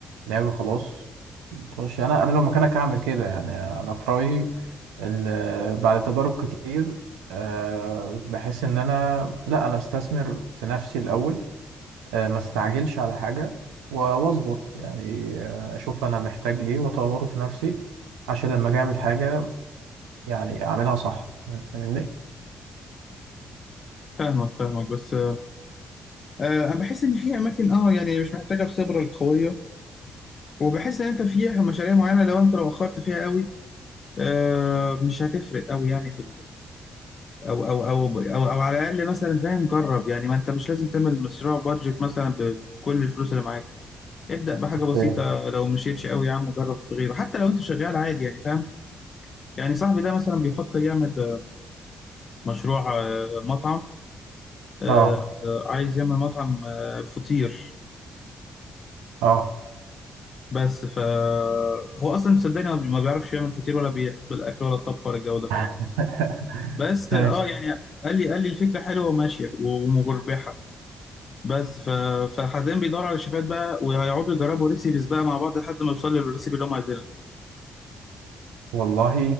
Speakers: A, on the right (about 85°); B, on the left (about 50°).
A: ناوي خلاص مش انا انا لو مكانك هعمل كده يعني انا في رايي ان بعد تجارب كتير آه، بحس ان انا لا انا استثمر في نفسي الاول آه، ما استعجلش على حاجه و- واصبر يعني آه، اشوف انا محتاج ايه واطوره في نفسي عشان لما اجي اعمل حاجه يعني اعملها صح فاهمني
B: فاهمك فاهمك بس آه، أنا بحس إن في أماكن أه يعني مش محتاجة الخبرة القوية وبحس إن أنت في مشاريع معينة لو أنت لو أخرت فيها قوي آه، مش هتفرق قوي يعني في او او او او, أو على الاقل مثلا فاهم جرب يعني ما انت مش لازم تعمل مشروع بادجت مثلا ب- بكل الفلوس اللي معاك ابدأ بحاجة بسيطة
A: إيه.
B: لو مشيتش قوي يا عم جرب في غيره حتى لو انت شغال عادي يعني فاهم يعني صاحبي ده مثلا بيفكر يعمل آه، مشروع آه، مطعم آه،
A: اه
B: آه، عايز يعمل مطعم آه، فطير
A: اه
B: بس ف هو اصلا صدقني ما بي- ما بيعرفش يعمل فطير ولا بيحب الاكل ولا الطبخ ولا الجو ده كله
A: <laughs>
B: بس اه
A: ماشي.
B: يعني قال لي قال لي الفكرة حلوة وماشية ومربحة بس ف... فحاليا بيدوروا على شيفات بقى وهيقعدوا يجربوا ريسيبيز بقى مع بعض لحد ما يوصلوا للريسيبي اللي هم عايزينها
A: والله